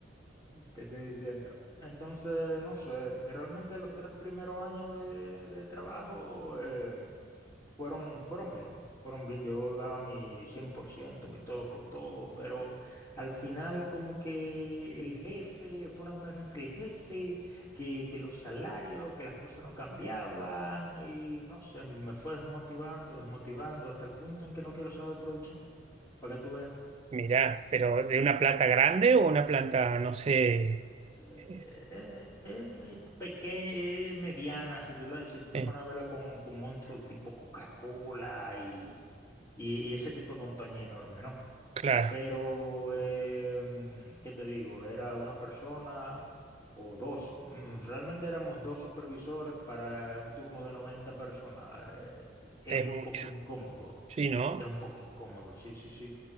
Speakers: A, on the left; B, on the right.
A: ¿Qué estoy diciendo? Entonces, no sé, realmente los tres primeros años de, de trabajo, em, fueron, fueron bien, fueron bien. Yo daba mi 100% mi todo por todo, pero al final como que el jefe, fue una conversación entre el jefe, que, que los salarios, que las cosas no cambiaban y no sé, me fue desmotivando, desmotivando hasta el punto en que no quiero saber de producción, para que tú veas.
B: Mirá, pero de una planta grande o una planta, no sé.
A: Eh,
B: es-
A: eh, pequeña, mediana, si tú, la, si tú te
B: eh,
A: pones a verla con, con monstruos tipo Coca-Cola y, y, y ese tipo de compañía enorme, ¿no?
B: claro,
A: Pero, em, ¿qué te digo? Era una persona o dos. Mm, Realmente éramos dos supervisores para un turno de 90 personas. Eh, e, e, Es
B: es
A: un
B: mucho.
A: poco incómodo.
B: Sí, ¿no?
A: Es un poco incómodo, sí, sí, sí.